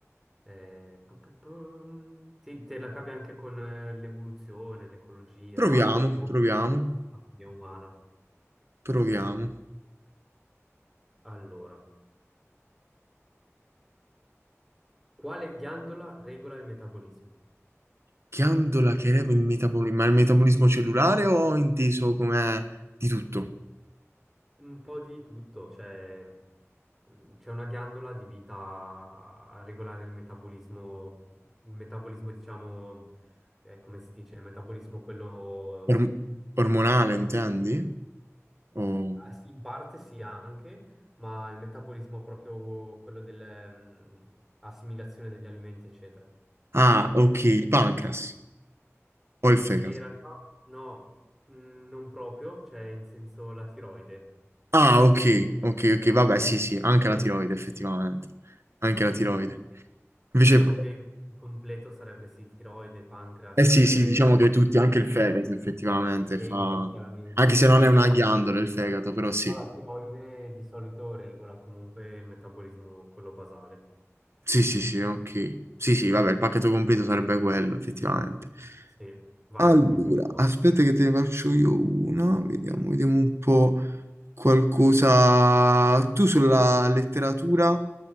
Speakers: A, in the centre; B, on the right.
A: Eh, pu- pu- pu- ti- te la cavi anche con eh, l'evoluzione, l'ecologia
B: Proviamo,
A: o più la
B: proviamo,
A: biologia umana.
B: proviamo.
A: Allora, quale ghiandola regola il metabolismo?
B: Ghiandola che regola il metabolismo, ma il metabolismo cellulare o inteso come di tutto?
A: Un po' di tutto, cioè mm, c'è una ghiandola adibita a regolare il metabolismo, il metabolismo diciamo, eh, come si dice, il metabolismo quello,
B: Or- ormonale, intendi? O-
A: eh, ah, sì, in parte sì anche, ma il metabolismo proprio quello dell'assimilazione degli alimenti, eccetera.
B: Ah, ok, il pancreas o il fegato.
A: E in realtà no, mm, non proprio, cioè in senso la tiroide.
B: Ah, ok, ok, ok, vabbè, sì, sì, anche la tiroide, effettivamente. Anche la tiroide.
A: Sì.
B: Invece,
A: Diciamo che il completo sarebbe sì, tiroide, pancreas,
B: eh
A: colie-
B: sì, sì, diciamo che tutti,
A: l'insulina,
B: anche il fegato, effettivamente,
A: il fegato
B: fa...
A: chiaramente,
B: Anche
A: sì,
B: se non è una
A: però,
B: ghiandola il fegato, però sì.
A: però la tiroide di solito regola comunque il metabolismo, quello basale.
B: Sì, sì, sì, ok. Sì, sì, vabbè, il pacchetto completo sarebbe quello, effettivamente.
A: Sì, vai,
B: Allora,
A: ultima domanda,
B: aspetta che te ne faccio io una, vediamo, vediamo un po' qualcosa. Tu sulla letteratura?